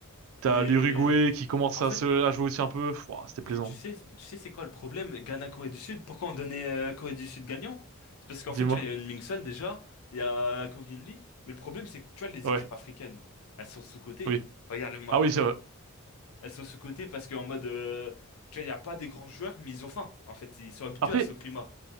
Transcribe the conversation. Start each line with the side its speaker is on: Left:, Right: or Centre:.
Right: T'as
Left: Mais
Right: l'Uruguay qui commence
Left: en
Right: à
Left: fait,
Right: se à jouer aussi un peu. Pouah, c'était plaisant.
Left: Tu, tu sais, tu sais c'est quoi le problème? Ghana-Corée du Sud? Pourquoi on donnait euh, Corée du Sud gagnant? C'est parce qu'en
Right: Dis-moi.
Left: fait, tu vois, il y a une Mingson déjà, il y a Kang In-lee, mais le problème, c'est que tu vois, les
Right: Ouais.
Left: équipes africaines, elles sont sous-cotées.
Right: Oui.
Left: Regarde le Maroc,
Right: Ah oui, c'est vrai.
Left: elles sont sous-cotées parce qu'en mode, euh, tu vois, il n'y a pas des grands joueurs, mais ils ont faim, en fait, ils sont habitués
Right: Après,
Left: à ce climat.